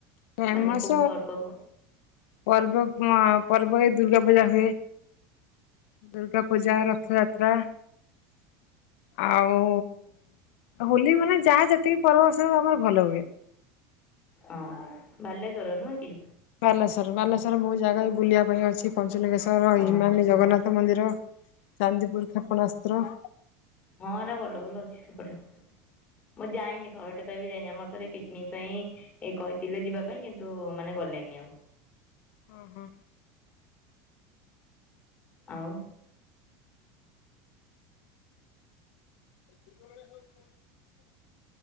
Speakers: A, on the left; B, on the left.
A: ଫେମସ
B: ମାନେ କୋଉ ପର୍ବ
A: ପର୍ବ ହଁ ପର୍ବ ଏଇ ଦୁର୍ଗା ପୂଜା ହୁଏ। ଦୁର୍ଗା ପୂଜା ରଥଯାତ୍ରା ଆଉ ହୋଲି ମାନେ ଯାହା ଯେତିକି ପର୍ବ ସବୁ ଆମର ଭଲ ହୁଏ। <inaudible>
B: ଓହୋ ବାଲେଶ୍ଵର ନୁହଁ କି?
A: ବାଲେଶ୍ୱର ବାଲେଶ୍ୱର ମୁଁ ଜାଗା ବି ବୁଲିବା ପାଇଁ ଅଛି। ପହଞ୍ଚିଲି ଓହୋ
B: ହଁ
A: ହିମାମି
B: ହଁ
A: ଜଗନ୍ନାଥ ମନ୍ଦିର ଚାନ୍ଦିପୁର କ୍ଷେପଣାସ୍ତ୍ର।
B: ହଁ ଏନେ ଭଲ ଭଲ ଅଛି ସେପଟେ। ମୁଁ ଯାଇନି ଥରଟେ ପାଇଁ ବି ଯାଇନି। ଆମର ଥରେ ପିକ୍ନିକ୍ ପାଇଁ ଏଇ କହିଥିଲେ ଯିବା ପାଇଁ କିନ୍ତୁ ମାନେ ଗଲେନି ଆଉ।
A: ଓହୋ।
B: ଆଉ
A: <unintelligible>